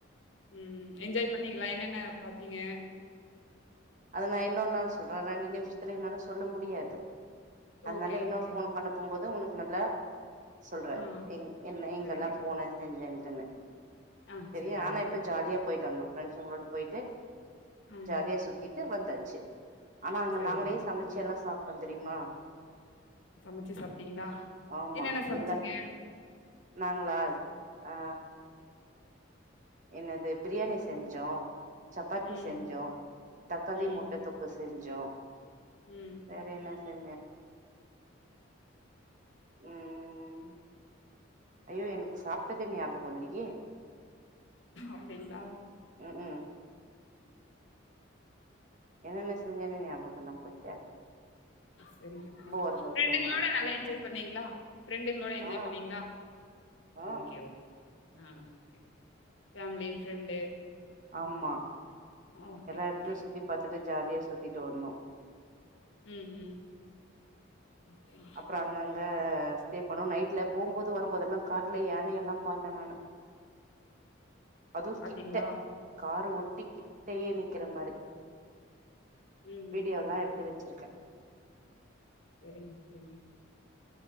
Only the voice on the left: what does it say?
ம் என்ஜாய் பண்ணீங்ளா என்னென்ன பாத்தீங்க
ஓகே,
ஓகே.
ஆ
சரிங்க.
ஆ
சரிங்க,
சரிங்க.
ம்.
சரிங்க.
சமைச்சு சாப்பிட்டீங்களா?
என்னென்ன சமைச்சீங்க?
ம்,
ம்,
ம்.
அப்டீங்ளா
செரிங்க செரி ஃப்ரெண்டுங்ளோட
<inaudible> ஃப்ரெண்டுங்களோட
நல்லா எஞ்ஜாய் பண்ணீங்ளா ஃப்ரெண்டுங்ளோட எஞ்ஜாய்
பண்ணீங்ளா
ஓக்கே ஓக்கே ஆ ஓகே ஃபேமலி ஃபிரண்டு.
ஓகே,
ஓகே.
ம் ம் சரிங்க
பாத்தீங்களா
ம்
ம் ம்
சரிங்க, சரிங்க.